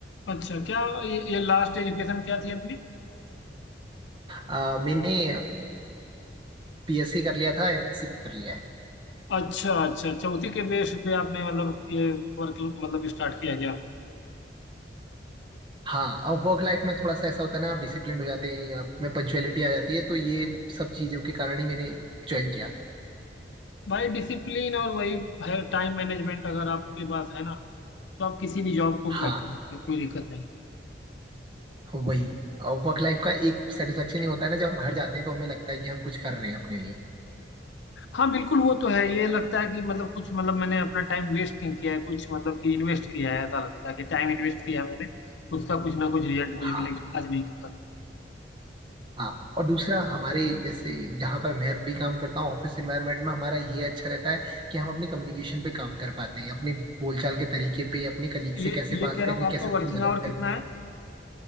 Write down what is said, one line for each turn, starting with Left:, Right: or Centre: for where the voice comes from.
Left: अच्छा क्या ये, ये लास्ट एजुकेशन क्या थी अपनी
Right: आ, मैंने पीएससी कर लिया था एमएससी कर लिया है
Left: अच्छा अच्छा अच्छा उसी के बेस पे आपने मतलब ये वर्क मतलब स्टार्ट किया गया
Right: हाँ अब वर्क लाइफ में थोड़ा सा ऐसा होता है ना आप डिसिप्लिन हो जाते हैं आप में पंचुअलिटी आ जाती है तो ये सब चीजों के कारण ही मैंने ज्वाइन किया
Left: भाई डिसिप्लिन और वही है टाइम मैनेजमेंट अगर आपके पास है ना तो आप किसी भी जॉब को
Right: हाँ
Left: क्रैक कर सकते हो कोई दिक्कत नहीं
Right: वही और वर्क लाइफ का एक सेटिस्फेक्शन ही होता है ना जब हम घर जाते हैं तो हमें लगता है कि हम कुछ कर रहे हैं अपने लिए
Left: हाँ बिल्कुल वो तो है ये लगता है कि मतलब कुछ मतलब मैंने अपना टाइम वेस्ट नहीं किया है कुछ मतलब कि इन्वेस्ट किया है ऐसा लगता है कि टाइम इन्वेस्ट किया है मैंने उसका कुछ ना कुछ रिजल्ट
Right: हाँ
Left: मुझे मिलेगा आज नहीं तो कल
Right: हाँ और दूसरा हमारे जैसे जहाँ पर मैं भी काम करता हूँ ऑफिस एनवायरनमेंट में हमारा ये अच्छा रहता है कि हम अपनी कम्युनिकेशन पे काम कर पाते हैं अपने बोलचाल के तरीके पे अपने कलीग
Left: ये
Right: से कैसे
Left: ये
Right: बात
Left: कह रहा
Right: करनी
Left: हूँ
Right: है
Left: आपका
Right: कैसे उनकी
Left: वर्किंग
Right: मदद
Left: आवर
Right: करनी
Left: कितना
Right: है
Left: है